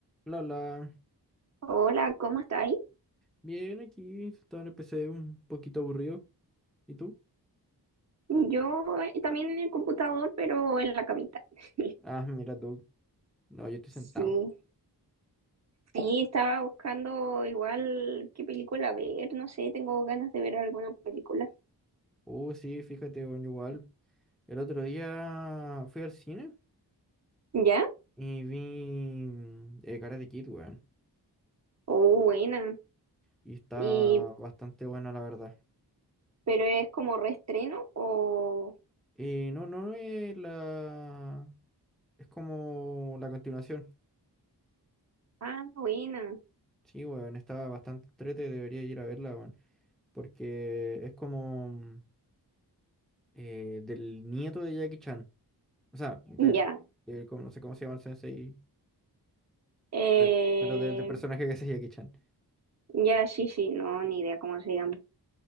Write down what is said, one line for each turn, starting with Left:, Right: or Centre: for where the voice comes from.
Centre: La, la,
Right: Hola, ¿cómo estáis?
Centre: bien aquí, estaba en el PC un poquito aburrido. ¿Y tú?
Right: Yo eh, también en el computador, pero en la camita. <laughs>
Centre: Ah, mira tú, no, yo estoy sentado.
Right: Sí, sí, estaba buscando igual qué película ver, no sé, tengo ganas de ver alguna película.
Centre: Oh, sí, fíjate, bueno, igual. El otro día fui al cine
Right: ¿Ya?
Centre: y vi mm, eh, Karate Kid, weón.
Right: Oh, buena.
Centre: Y está
Right: Y,
Centre: bastante buena, la verdad.
Right: pero es como reestreno o...
Centre: Eh, no, no es la... Es como la continuación.
Right: Ah, buena.
Centre: Sí, weón, está bastante trete, debería ir a verla, weón. Porque es como mm, eh, del nieto de Jackie Chan. O sea, del,
Right: Ya.
Centre: del- como- no sé cómo se llama el sensei,
Right: Eh,
Centre: per- pero, del, del personaje que es Jackie Chan.
Right: ya, sí, sí, no, ni idea cómo se llama.